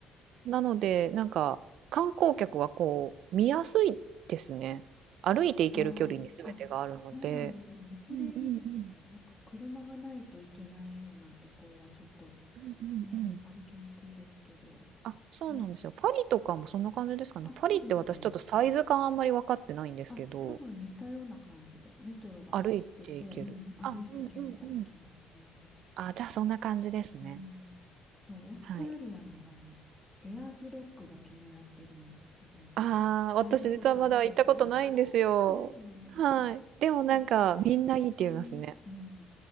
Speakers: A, on the right; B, on the left.
A: なのでなんか観光客はこう見やすいですね。歩いて行ける距離に全てがあるので。
B: ああ、あ、そうなんですね。それいいですね。
A: うんうんうん。
B: なんか車がないといけないようなところはちょっと
A: うんうんうん。
B: ね、歩きにくいですけど。
A: あ、そうなんですよ。
B: うん、
A: パリとかもそんな感じですかね。
B: あ、
A: パリって私ちょっとサイズ感あんまり分かってないんですけど、
B: そうですね。あ、多分似たような感じで、メトロが走ってて、
A: 歩いていける。
B: うん、歩いて結構行きますね。
A: あ、うんうんうん。あ、じゃあそんな感じですね。
B: うん。そうオーストラリアのあの、
A: はい。
B: エアーズロックが気になってるんですけど、
A: ああ、
B: 行かれたことありますああー、
A: 私実はまだ行ったことないんですよ。
B: そうなんですね。
A: はい。でもなんかみんないいって言いますね。
B: 結構遠い、うん、